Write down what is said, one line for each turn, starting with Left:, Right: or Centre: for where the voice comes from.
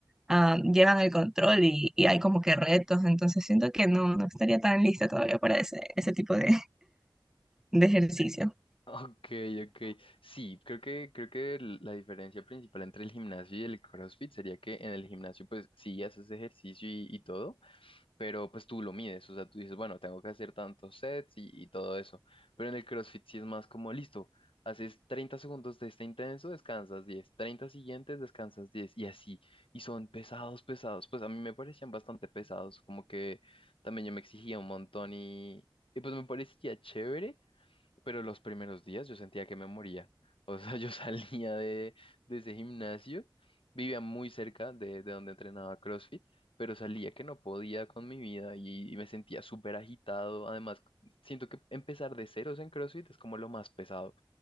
Centre: ah, llevan el control y, y hay como que retos, entonces siento que no, no estaría tan lista todavía para ese, ese tipo de, de ejercicio.
Left: Ok, ok. Sí, creo que, creo que l- la diferencia principal entre el gimnasio y el CrossFit sería que en el gimnasio, pues sí haces ejercicio y, y todo, pero pues tú lo mides. O sea, tú dices, bueno, tengo que hacer tantos sets y, y todo eso. Pero en el CrossFit sí es más como, listo, haces 30 segundos de este intenso, descansas 10, 30 siguientes, descansas 10 y así. Y son pesados, pesados. Pues a mí me parecían bastante pesados, como que también yo me exigía un montón y, y pues me parecía chévere pero los primeros días yo sentía que me moría. <laughs> O sea, yo <laughs> salía de, de ese gimnasio, vivía muy cerca de, de donde entrenaba CrossFit, pero salía que no podía con mi vida y, y me sentía súper agitado. Además, siento que empezar de ceros en CrossFit es como lo más pesado,